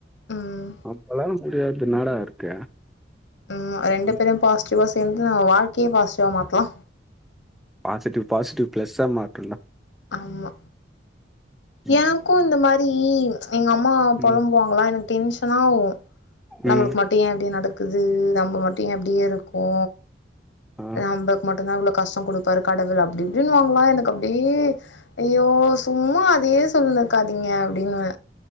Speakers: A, on the left (about 85°); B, in the centre.
A: ம்
B: நம்பளால முடியாதது என்னடா இருக்கு
A: ஆமா ரெண்டு
B: ம்.
A: பேரும் பாசிட்டிவா சேந்து நம்ப வாழ்க்கையே பாசிட்டிவா மாத்தலா
B: பாசிட்டிவ் பாசிட்டிவ் ப்ளஸ்சா ஆ மாத்திட்லா
A: ஆமா
B: ம்.
A: எனக்கு இந்த மாரி எங்க அம்மா பொழம்புவாங்
B: ம்.
A: அப்ல்லா எனக்கு டென்ஷனாவு நம்மளுக்கு
B: ம்.
A: மட் ட்ரு ஏன் அப்டி நடக்குது நம்ம மட்டு ஏன் அப்டியே இருக்கோ
B: ஆ.
A: நம்பளுக் மட்டுந்தா இ்வ்ளோ கஷ்ட குடுப்பாரு கடவுள் அப்டி இப்டின்னுவாங்களா எனக்கு அப்டியே ஐயோ சும்மா அதையே சொல்லினுக்காதீங்க அப்டின்னுவ